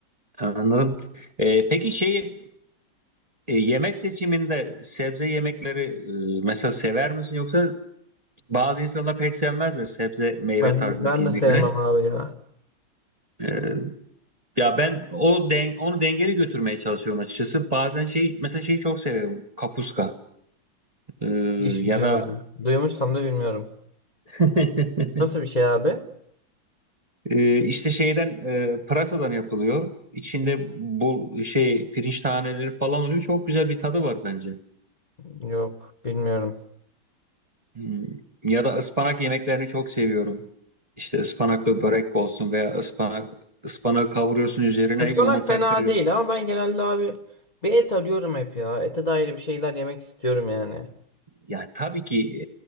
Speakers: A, on the right; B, on the left.
A: Anladım. E, peki şey e, yemek seçiminde sebze yemekleri e, mesela sever misin yoksa Bazı insanlar pek sevmezler sebze meyve
B: Ben,
A: tarzındaki
B: de ben
A: yemekleri.
B: de sevmem abi ya.
A: Ee, ya ben o den onu dengeli götürmeye çalışıyorum açıkçası. Bazen şey mesela şeyi çok seviyorum. Kapuska. Ee,
B: Hiç
A: ya
B: duymadım.
A: da
B: Duymuşsam da bilmiyorum.
A: <laughs>
B: Nasıl bir şey abi?
A: Ee, işte şeyden e, pırasadan yapılıyor. İçinde bu şey pirinç taneleri falan oluyor. Çok güzel bir tadı var bence.
B: Yok bilmiyorum.
A: Hmm. Ya da ıspanak yemeklerini çok seviyorum. İşte ıspanaklı börek olsun veya ıspanak ıspanak kavuruyorsun üzerine
B: Ispanak
A: yumurta
B: fena
A: kırıyorsun.
B: değil ama ben genelde abi bir et arıyorum hep ya. Ete dair bir şeyler yemek istiyorum yani.
A: Ya tabii ki